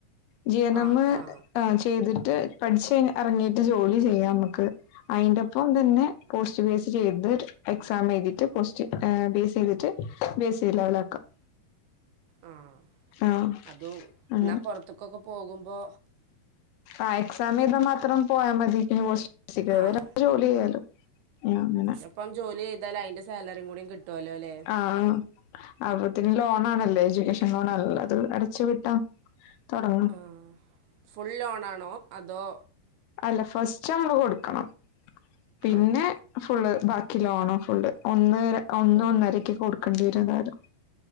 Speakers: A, on the left (about 80°); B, on the right (about 80°).
A: ജി എൻ
B: ആ
A: എം ആഹ്
B: ആ
A: ചെയ്തിട്ട് പട്ച്ച് കയ് അർങ്ങിട്ട് ജോലി ചെയ്യ നമ്മക്ക്. അയ്ന്റൊപ്പം തന്നെ പോസ്റ്റ് ബി എ സി ചെയ്ത് എക്സാം എഴ്തിട്ട് post A B A C എയ്തിട്ട് ബേസ്ല്ല <unintelligible>
B: ആഹ്
A: ആഹ്
B: അതും
A: അങ്ങനെ
B: എന്നാ പൊ ർത്ത്ക്കൊക്കെ പോകുമ്പോ
A: ആഹ് എക്സാമയ്താ മാത്രം പോയാ മതി <unintelligible>
B: ആഹ്
A: <unintelligible> ജോലി ചെയ്യാലോ അങ്ങനെ
B: ഇപ്പം ജോലി ചെയ്താ അയ്ന്റെ സാലറി കൂടി കിട്ടോല്ലോലേ
A: ആഹ് അബുതിന് ലോണാണല്ലേ എജുകേഷൻ ലോണല്ലതും അടച്ചു വിട്ടാ തൊടങ്ങാം
B: ആഹ് ഫുൾ ലോണാണോ അതോ?
A: അല്ല ഫസ്റ്റ് അമ്മള് കൊടുക്കണം പിന്നെ
B: ആണോ
A: ഫുള്ള് ബാക്കി ലോണോ ഫുള്ള് ഒന്ന് ഒന്ന്
B: ആഹ്
A: ഒന്നര ക്കെ കൊട്ക്കേണ്ടി വരുന്തായാലും